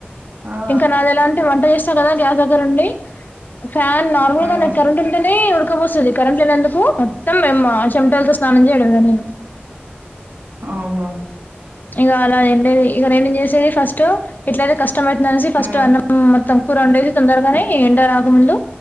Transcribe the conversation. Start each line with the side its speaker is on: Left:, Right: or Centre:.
Right: ఆ!
Left: ఇంకా నాది ఎలా అంటే వంట చేస్తా కదా గ్యాస్ దగ్గరుండి ఫ్యాన్ నార్మల్
Right: ఆ
Left: గా కరెంట్ ఉంటేనే ఉడకబోస్తుంది కరెంట్ లేనందుకు మొత్తం మేము ఆ చెమటాలతో స్నానం చేయడమే నేను
Right: అవును
Left: ఇక అలా నండేది ఇక నేను చేసేది ఫస్ట్ ఎట్లయితే కష్టం పడుతుంద అనేసి ఫస్ట్
Right: ఆ
Left: అన్న మోత్తం కుర వండేది తొందరగానే ఏండ రాకముందు